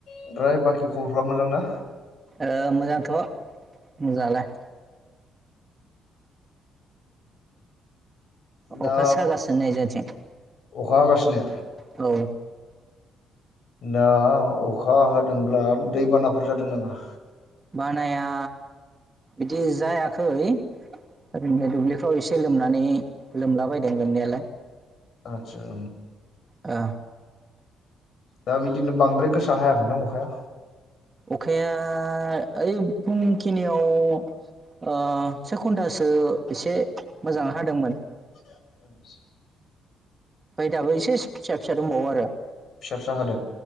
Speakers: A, on the left; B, on the right.
A: ओमफ्राय बाखि खबरफ्रा मोजांना?
B: ओ मोजांथ' मोजाङालाय।
A: दा
B: अखासो हागासिनो नै जोंनिथिं।
A: अखा हागासिनो
B: औ।
A: दा अखा हादोंब्ला दैबानाफोर जादों नामा?
B: बानाया बिदि जायाखै। ओरैनो दुब्लिफ्राव एसे लोमनानै लोमलाबायदों लोमनायालाय।
A: आदसा।
B: ओ।
A: दा बिदिनो बांद्राय गोसा हायाखोनदां अखाया?
B: अखाया ओइ फुंखिनियाव ओ से घन्टासो एसे मोजां हादोंमोन।
A: <unintelligible>
B: बाय दाबो एसेस फिसा फिसा दंबावो आरो।
A: फिसा फिसा हादों?